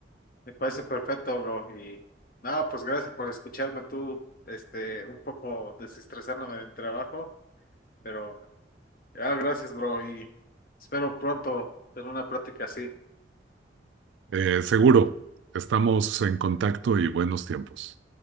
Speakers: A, on the left; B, on the right.
A: Me parece perfecto, bro. Y nada, pues gracias por escucharme tú, este, un poco desestresándome del trabajo, pero ah, gracias, bro. Y espero pronto tener una plática así.
B: Eh, seguro, estamos en contacto y buenos tiempos.